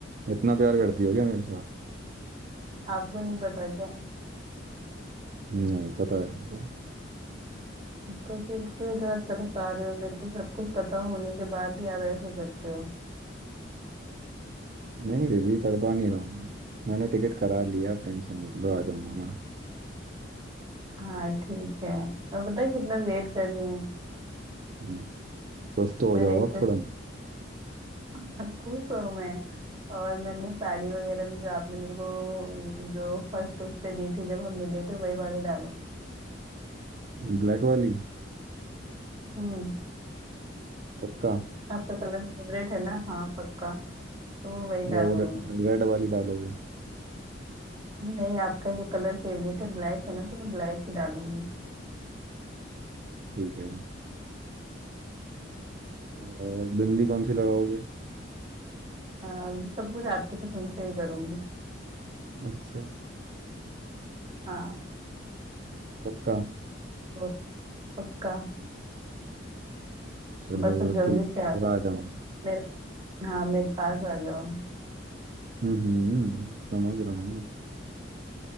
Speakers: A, on the right (about 50°); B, on the right (about 25°).
A: इतना प्यार करती हो क्या मेरे से आप?
B: आपको नहीं पता क्या
A: नहीं पता है आपको
B: तो फिर क्यों इतना तरसा रहे हो मेरे को सब कुछ पता होने के बाद भी आप ऐसे करते हो
A: नहीं बेबी तड़पा नहीं रहा हूँ मैंने टिकट करा लिया आप टेंशन मत लो आ जाऊंगा ना
B: हाँ ठीक है मैं पता है कितना वेट कर रही हूँ
A: हम्म, कुछ तो
B: मैंने
A: हो जाओ
B: इतने
A: आप थोड़ा
B: खुश हूँ मैं और मैंने साड़ी वगैरह भी जो आपने मेरे को जो फर्स्ट उस पे दी थी जब हम मिले थे वही वाली डालूंगी
A: ब्लैक वाली
B: हम्म
A: पक्का
B: आपका कलर फेवरेट है ना हाँ पक्का तो मैं वही डालूंगी
A: या वो रेड वाली डालोगे
B: नहीं आपका जो कलर फेवरेट है ब्लैक है ना तो मैं ब्लैक ही डालूंगी
A: ठीक है और बिंदी कौन सी लगाओगे
B: हाँ अभी सब कुछ आपकी पसंद से ही करूंगी
A: अच्छा
B: हाँ
A: पक्का
B: तो पक्का
A: चलो
B: बस अब जल्दी
A: ठीक
B: से
A: है
B: आ
A: फिर
B: जाओ
A: आ जाऊंगा
B: मेरे हाँ मेरे पास आ जाओ
A: हम्म हम्म, समझ रहा हूँ